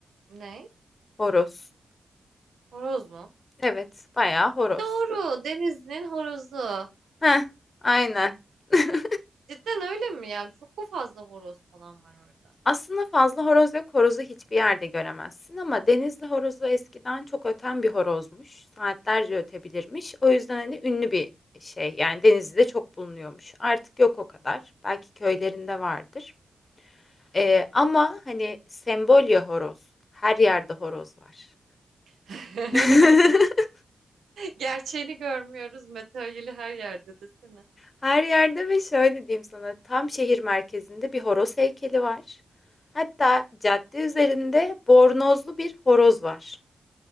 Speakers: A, on the right (about 80°); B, on the left (about 40°).
A: Ne?
B: Horoz.
A: Horoz mu?
B: Evet, bayağı horoz.
A: Doğru. Denizli'nin horozu.
B: Heh, aynen. <laughs>
A: Cidden öyle mi? Yani çok mu fazla horoz falan var orada?
B: Aslında fazla horoz yok, horozu hiçbir yerde göremezsin ama denizli horozu eskiden çok öten bir horozmuş. Saatlerce ötebilirmiş. O yüzden hani ünlü bir şey. Yani denizde çok bulunuyormuş. Artık yok o kadar. Belki köylerinde vardır. Ee,
A: Hmm.
B: ama hani sembolya horoz. Her yerde horoz var.
A: <laughs>
B: <laughs>
A: Gerçeğini görmüyoruz. Materyali her yerde desene.
B: Her yerde ve şöyle diyeyim sana tam şehir merkezinde bir horoz heykeli var. Hatta cadde üzerinde bornozlu bir horoz var